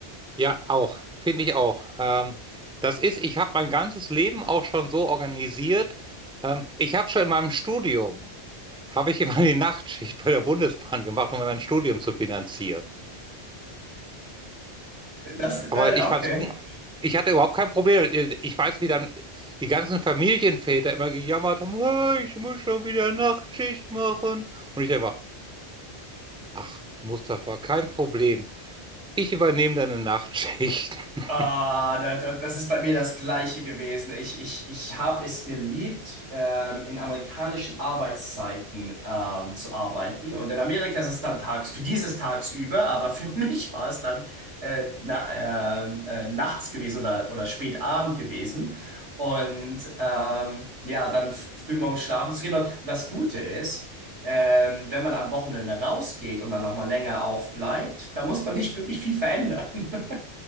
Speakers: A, in the centre; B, on the right.
A: ja, auch, finde ich auch. Ähm, das ist, ich habe mein ganzes Leben auch schon so organisiert. Ähm, ich habe schon in meinem Studium, habe ich immer die Nachtschicht bei der Bundesbahn gemacht, um mein Studium zu finanzieren.
B: Das,
A: Aber
B: äh,
A: ich
B: okay.
A: fand's gut. Ich hatte überhaupt kein Problem. Ich weiß, wie dann die ganzen Familienväter immer gejammert haben, "Ah, ich muss schon wieder Nachtschicht machen. Und ich einfach, Ach, Mustafa, kein Problem. Ich übernehme deine Nachtschicht. <laughs>
B: Ah, da, da, das ist bei mir das Gleiche gewesen. Ich, ich, ich habe es geliebt, ähm, in amerikanischen Arbeitszeiten ähm, zu arbeiten. Und in Amerika ist es dann tags, für dieses tagsüber, aber für <laughs> mich war es dann äh, na, ähm, äh, nachts gewesen oder, oder spät Abend gewesen. Und ähm, ja, dann f- frühmorgens schlafen zu gehen. Und, und das Gute ist, ähm, wenn man am Wochenende rausgeht und dann nochmal länger aufbleibt, da muss man nicht wirklich viel verändern. <laughs>